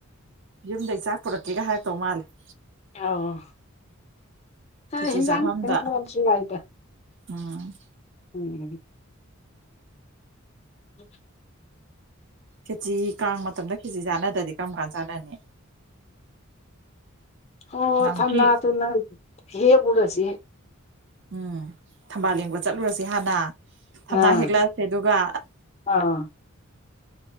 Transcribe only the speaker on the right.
ꯌꯨꯝꯗꯩ ꯆꯥꯛ ꯄꯨꯔꯛꯀꯦꯒ ꯍꯥꯏꯔꯛꯇꯧ ꯃꯥꯜꯂꯤ
ꯈꯦꯆꯤ
ꯆꯥꯐꯝꯗ
ꯎꯝ
ꯈꯦꯆꯤ ꯀꯥꯡ ꯃꯇꯝꯗ ꯈꯦꯆꯤ ꯆꯥꯟꯅꯗ꯭ꯔꯗꯤ ꯀꯔꯝ ꯀꯥꯟ ꯆꯥꯟꯅꯅꯤ꯫
ꯅꯍꯥꯟꯃꯨꯛꯀꯤ
ꯎꯝ ꯊꯝꯕꯥꯜ ꯂꯦꯡꯕ ꯆꯠꯂꯨꯔꯁꯤ ꯍꯥꯟꯅ ꯊꯝꯅꯥ
ꯍꯦꯛꯂꯛꯑꯁꯦ ꯗꯨꯒꯥ꯫